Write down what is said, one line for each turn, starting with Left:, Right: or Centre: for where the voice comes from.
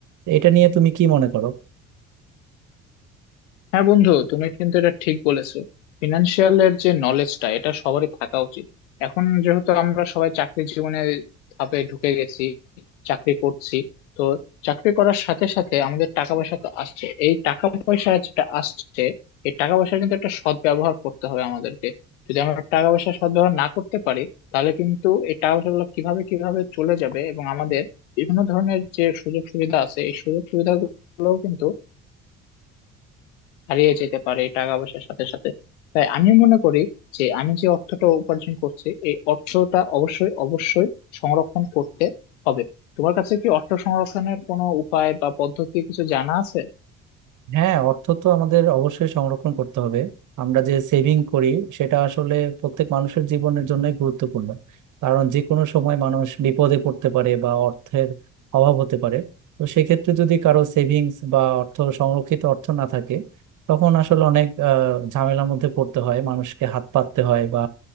Right: এটা নিয়ে তুমি কি মনে করো
Left: হ্যাঁ বন্ধু তুমি কিন্তু এটা ঠিক বলেছো ফিনান্সিয়াল এর যে নলেজটা এটা সবারই থাকা উচিত এখন যেহেতু আমরা সবাই চাকরি জীবনে ধাপে ঢুকে গেছি চাকরি করছি তো চাকরি করার সাথে সাথে আমাদের টাকা পয়সা তো আসছে এই টাকা পয়সা যেটা আসছে এই টাকা পয়সা কিন্তু একটা সৎ ব্যবহার করতে হবে আমাদেরকে যদি আমরা টাকা পয়সা সৎ ব্যবহার না করতে পারি তাহলে কিন্তু এই টাকা পয়সাগুলো কিভাবে কিভাবে চলে যাবে এবং আমাদের বিভিন্ন ধরনের যে সুযোগ সুবিধা আছে এই সুযোগ সুবিধাগুলোও কিন্তু হারিয়ে যেতে পারে এই টাকা পয়সার সাথে সাথে তাই আমি মনে করি যে আমি যে অর্থটা উপার্জন করছি এই অর্থটা অবশ্যই অবশ্যই সংরক্ষণ করতে হবে তোমার কাছে কি অর্থ সংরক্ষণের কোনো উপায় বা পদ্ধতি কিছু জানা আছে
Right: হ্যাঁ অর্থ তো আমাদের অবশ্যই সংরক্ষণ করতে হবে আমরা যে সেভিং করি সেটা আসলে প্রত্যেক মানুষের জীবনের জন্যই গুরুত্বপূর্ণ কারণ যে কোনো সময় মানুষ বিপদে পড়তে পারে বা অর্থের অভাব হতে পারে তো সেক্ষেত্রে যদি কারো সেভিংস বা অর্থ সংরক্ষিত অর্থ না থাকে তখন আসলে অনেক আহ, ঝামেলার মধ্যে পড়তে হয় মানুষকে হাত পাততে হয় বা